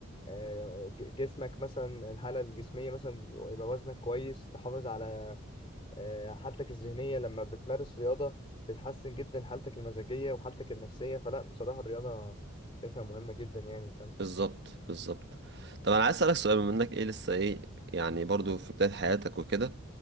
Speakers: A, on the left; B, on the right.
A: آه، ج- جسمك مثلا الحالة الجسمية مثلا يبقى وزنك كويس تحافظ على آه، حالتك الذهنية لما بتمارس رياضة بتحسن جدا حالتك المزاجية وحالتك النفسية فلا بصراحة الرياضة شايفها مهمة جدا يعني فاهم
B: بالظبط بالظبط طب انا عايز اسالك سؤال بما انك ايه لسه ايه يعني برضو في بدايه حياتك وكده